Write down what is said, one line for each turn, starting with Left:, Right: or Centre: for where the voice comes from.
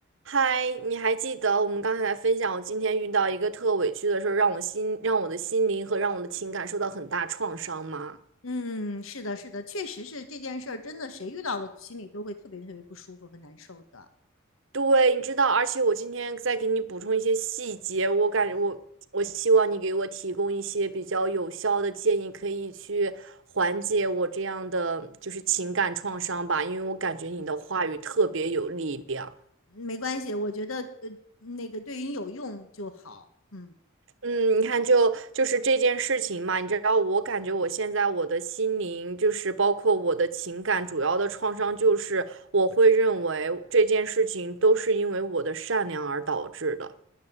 Right: 嗨，你还记得我们刚才在分享我今天遇到一个特委屈的事儿，让我心让我的心灵和让我的情感受到很大创伤吗？
Left: 嗯，是的，是的，确实是这件事儿，真的谁遇到了，心里都会特别特别不舒服和难受的。
Right: 对，你知道，而且我今天再给你补充一些细节，我感觉我我希望你给我提供一些比较有效的建议，
Left: 嗯
Right: 可以去缓解我这样的就是情感创伤吧，因为我感觉你的话语特别有力量。
Left: 嗯，没关系，我觉得呃，那个对于你有用就好。嗯
Right: 嗯，你看就，就是这件事情嘛，你知道，我感觉我现在我的心灵，就是包括我的情感，主要的创伤就是我会认为这件事情都是因为我的善良而导致的。